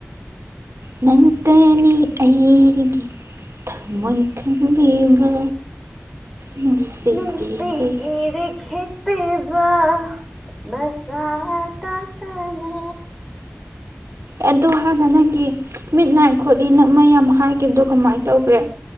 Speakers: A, on the right (about 80°); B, in the centre.
A: ꯅꯪ ꯒꯤ ꯑꯩꯒꯤ ꯊꯃꯣꯢ ꯈꯪꯕꯤꯕ ꯅꯨꯡꯁꯤꯔꯦ
B: ꯅꯨꯡꯁꯤ ꯢꯔꯤꯛꯁꯦ ꯄꯤꯕ ꯃꯁꯥ ꯇꯥ ꯇꯅꯥ
A: ꯑꯗꯨ ꯍꯥꯏꯒ ꯅꯪꯒꯤ ꯃꯤꯠ ꯅꯥꯏ ꯈꯣꯠꯂꯤ ꯅ ꯃꯥ ꯌꯥꯝ ꯍꯥꯏꯈꯤꯕꯗꯣ ꯀꯃꯥꯏꯟ ꯇꯧꯈ꯭ꯔꯦ